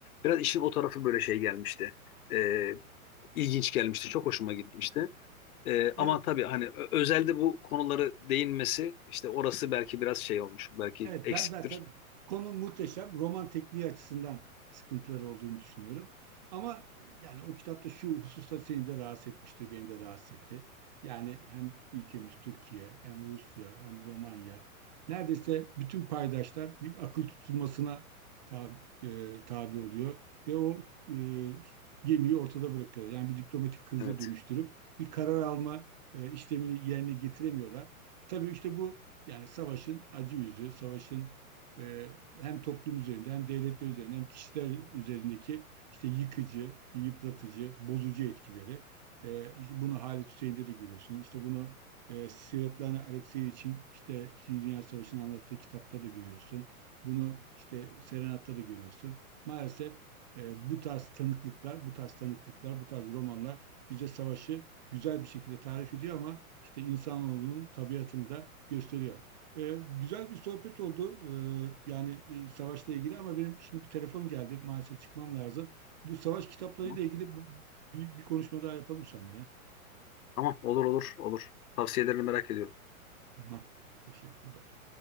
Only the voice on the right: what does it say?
Evet.
Evet,
ben zaten konu muhteşem. Roman tekniği açısından sıkıntıları olduğunu düşünüyorum. Ama yani o kitapta şu hususta seni de rahatsız etmiştir, beni de rahatsız etti. Yani hem ülkemiz Türkiye, hem Rusya, hem Romanya, neredeyse bütün paydaşlar bir akıl tutulmasına tabi, e, tabi oluyor ve o e, gemiyi ortada bırakıyorlar. Yani bir diplomatik krize
dönüştürüp bir karar alma e, işlemini yerine getiremiyorlar. Tabii işte bu yani savaşın acı yüzü, savaşın e, hem toplum üzerinde hem devletler üzerinde hem kişiler üzerindeki işte yıkıcı, yıpratıcı, bozucu etkileri. E, işte bunu Halit Hüseyin'de de görüyorsunuz. İşte bunu e, Svetlana Alekseyevich'in işte İkinci Dünya Savaşı'nı anlattığı kitapta da görüyorsun. Bunu işte Serenat'ta da görüyorsun. Maalesef e, bu tarz tanıklıklar, bu tarz tanıklıklar, bu tarz romanlar bize savaşı güzel bir şekilde tarif ediyor ama işte insanoğlunun tabiatını da gösteriyor. Ee, güzel bir sohbet oldu. Ee, yani e, savaşla ilgili ama benim şimdi bir telefon geldi. Maalesef çıkmam lazım. Bu savaş kitaplarıyla
ilgili bu- bir, bir konuşma daha yapalım seninle ya.
Tamam. Teşekkürler.